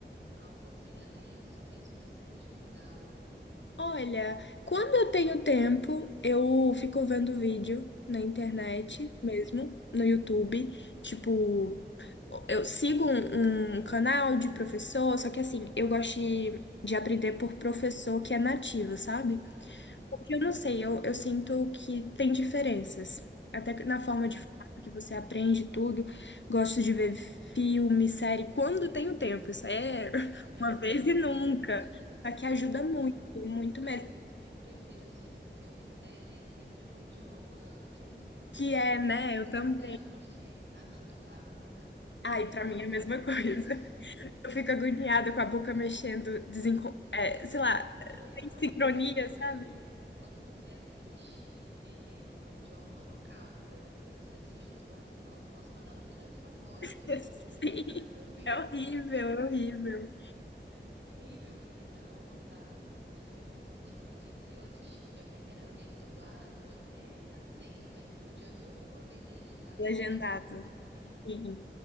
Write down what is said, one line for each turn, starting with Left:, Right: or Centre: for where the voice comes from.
Right: algo assim além ou só mesmo isso aí de mudar o.
Left: Olha, quando eu tenho tempo, eu fico vendo vídeo na internet
Right: Uhum,
Left: mesmo, no YouTube. Tipo, eu sigo um, um canal de professor, só que assim, eu gosto de, de aprender por professor que é nativo, sabe?
Right: aham,
Left: Porque eu não sei, eu, eu sinto que tem diferenças. Até que na forma de
Right: aham.
Left: falar, que você aprende tudo. Gosto de ver filme, série, quando tenho tempo. Isso aí é <laughs>
Right: Sim, é,
Left: uma vez
Right: <laughs>
Left: e nunca.
Right: aí já fica mais difícil.
Left: Só que ajuda muito,
Right: Não,
Left: muito
Right: eu
Left: mesmo.
Right: também prefiro assim filme, série, sempre no idioma que ele
Left: Que é, né?
Right: é o local,
Left: Eu também.
Right: né? Porque ah, não, dublado não dá.
Left: Ai,
Right: Dublado
Left: pra mim é a
Right: é
Left: mesma
Right: difícil.
Left: coisa. <laughs> Eu fico agoniada com a boca mexendo, desencon...
Right: <laughs>
Left: é, sei lá,
Right: Não, e fora
Left: sem sincronia,
Right: que quando você
Left: sabe?
Right: quando você assiste ele no idioma local e depois você assiste o dublado, você fala, nossa, mas da onde saiu essa voz
Left: <laughs>
Right: que não combina,
Left: Sim,
Right: não tem nada a ver?
Left: é horrível, é horrível.
Right: É terrível. Eu falei, não, não dá. Eu prefiro, se você, assim, se eu assistir a primeira vez dublado, eu até aceito, mas se eu já vi alguma vez legendado,
Left: E agendado.
Right: Deus me livre, não dá pra mim não.
Left: Sim.